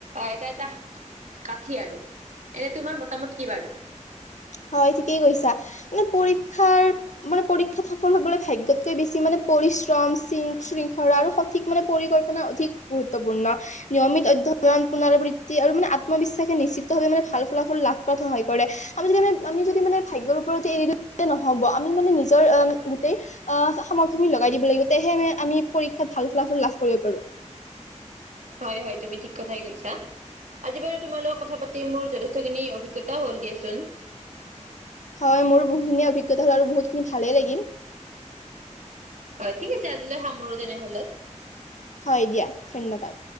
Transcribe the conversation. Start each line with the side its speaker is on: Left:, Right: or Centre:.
Right: এটা এটা কাঠি আৰু। এনে তোমাৰ মতামত কি বাৰু?
Left: হয় ঠিকেই কৈছা। মানে পৰীক্ষাৰ মানে পৰীক্ষাত সফল হবলৈ ভাগ্যতকৈ বেছি মানে, পৰিশ্ৰম শৃং শৃংখল আৰু সঠিক মানে পৰিকল্পনা অধিক গুৰুত্বপূৰ্ণ। নিয়মিত অধ্যয়ন, পুনৰাবৃত্তি আৰু মানে আত্মবিশ্বাসে নিশ্চিতভাৱে মানে ভাল ফলাফল লাভ কৰাত সহায় কৰে। আমি যদি মানে আমি যদি মানে ভাগ্যৰ ওপৰতে এৰি দিওঁ নহ'ব আমি মানে নিজৰ গোটেই আহ সামৰ্থয়খিনি লগাই দিব লাগিব। তেহে আ আমি পৰীক্ষাত ভাল ফলাফল লাভ কৰিব পাৰো।
Right: হয় হয় তুমি ঠিক কথাই কৈছা। আজি বাৰু তোমাৰ লগত কথা পাতি মোৰ যথেষ্টখিনি অভিজ্ঞতা হল দিয়াচোন।
Left: হয় মোৰো বহুতখিনি অভিজ্ঞতা হল আৰু বহুত খিনি ভালেই লাগিল।
Right: হয় ঠিক আছে আজিলৈ সামৰো তেনেহলে।
Left: হয় দিয়া ধন্যবাদ।